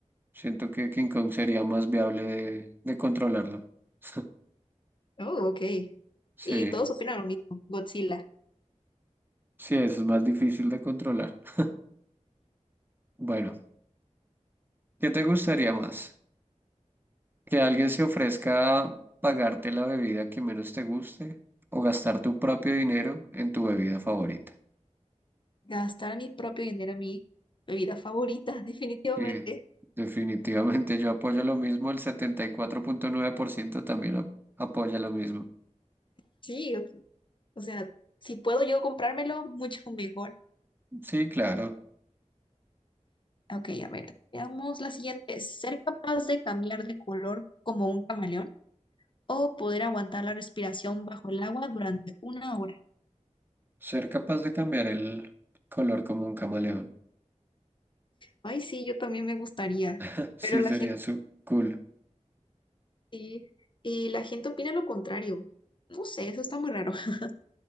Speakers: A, on the right; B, on the left.
A: Siento que King Kong sería más viable de, de controlarlo. <laughs>
B: Oh, ok.
A: Sí,
B: Y todos opinan lo mismo, Godzilla.
A: sí, eso es más difícil de controlar. <laughs> Bueno, ¿qué te gustaría más? ¿Que alguien se ofrezca a pagarte la bebida que menos te guste o gastar tu propio dinero en tu bebida favorita?
B: Gastar mi propio dinero en mi bebida favorita, <laughs> definitivamente.
A: Sí, definitivamente yo apoyo lo mismo, el setenta y cuatro punto nueve por ciento también ap- apoya lo mismo.
B: Sí, o o sea, si puedo yo comprármelo, mucho mejor.
A: Sí, claro,
B: Ok, a ver, veamos la siguiente. ¿Ser capaz de cambiar de color como un camaleón o poder aguantar la respiración bajo el agua durante una hora?
A: ser capaz de cambiar el color como un camaleón.
B: Ay, sí, yo también me gustaría,
A: <laughs> Sí,
B: pero la
A: sería
B: gente
A: su cool.
B: sí, y la gente opina lo contrario. No sé, eso está muy raro. <laughs>